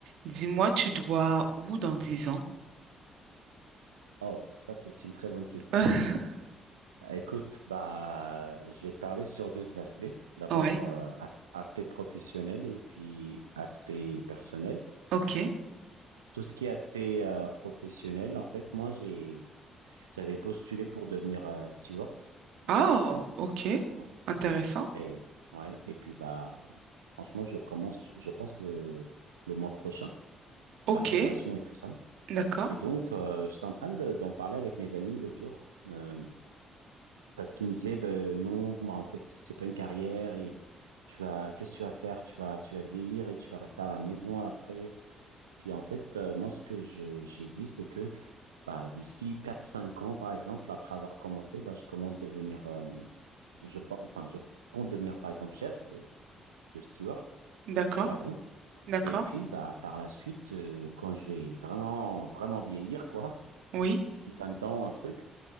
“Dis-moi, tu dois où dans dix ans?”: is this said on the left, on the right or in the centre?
Right